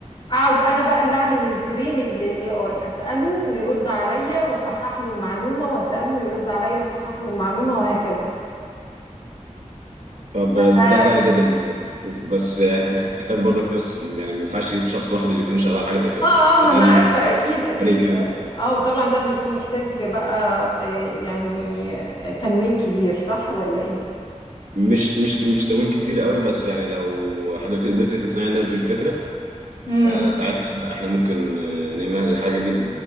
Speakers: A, on the left (about 40°); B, on the right (about 85°).
A: اقعد انا بقى اللي اعمل التريننج للاي اي اساله ويرد عليا واصحح له المعلومه واساله ويرد عليا واصحح له المعلومه وهكذا
B: طب
A: اه
B: ده سهل جدا و- وف- بس هنحتاج برضك ناس يعني ما ينفعش شخص واحد اللي يكون شغال على حاجه زي كده
A: اه
B: محتاجين
A: ما انا عارفه اكيد اكيد
B: فريق كامل
A: ده- اه وطبعا ده بيكون محتاج بقى آه، يعني آه، تمويل كبير صح ولا
B: مش مش مش تمويل كتير قوي بس يعني لو حضرتك قدرت تقنع الناس بالفكره
A: ايه
B: فساعتها لا، احنا ممكن آه، نعمل الحاجه دي